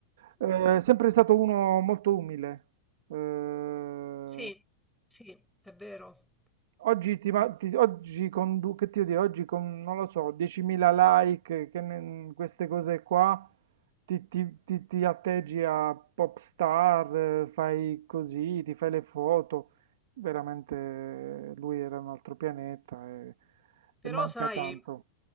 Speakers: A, on the right; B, in the centre.
A: Eh, sempre stato uno molto umile. Eh,
B: Sì, sì, è vero.
A: oggi, ti, ma- ti- oggi con, du- che ti devo dire, oggi con, non lo so, 10.000 like, che ne- queste cose qua, ti, ti, ti, ti atteggi a pop star, eh, fai così, ti fai le foto. Veramente eh, lui era un altro pianeta e, e
B: Però
A: manca
B: sai,
A: tanto.